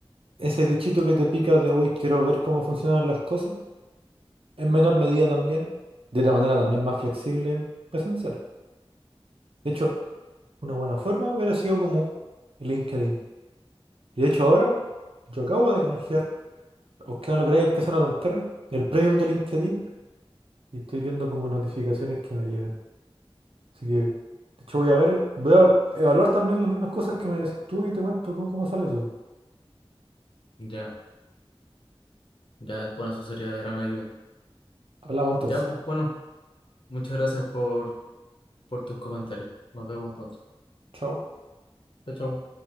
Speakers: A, on the right (about 65°); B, on the left (about 60°).
A: Ese bichito que te pica de hoy quiero ver cómo funcionan las cosas, en menor medida también, de la manera también más flexible, presencial. De hecho, una buena forma hubiera sido como el LinkedIn. Y de hecho ahora, yo acabo de canjear, aunque no lo creáis, que es una tontera, el premium de LinkedIn y estoy viendo como notificaciones que me llegan. Así que, de hecho voy a ver, voy a evaluar también las mismas cosas que me decís tú y te cuento cómo cómo sale eso.
B: ya, ya, bueno, eso sería de gran ayuda.
A: Hablamos entonces.
B: Ya, pues bueno, muchas gracias por, por tus comentarios. Nos vemos pronto.
A: Chao.
B: Chao, chao.